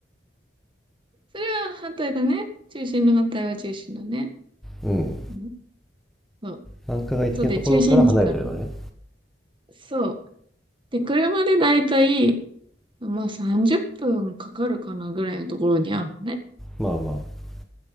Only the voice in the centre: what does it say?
ん。うん。
繁華街的なところから離れてるのね。
まあまあ。